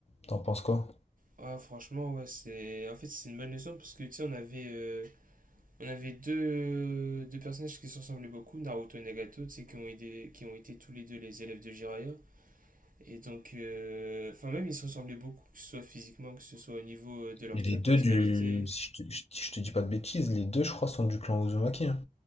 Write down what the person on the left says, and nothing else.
T'en penses quoi?
Et les
deux
du. Si je te, je- si je te dis pas de bêtises, les deux, je crois, sont du clan Uzumaki. hein.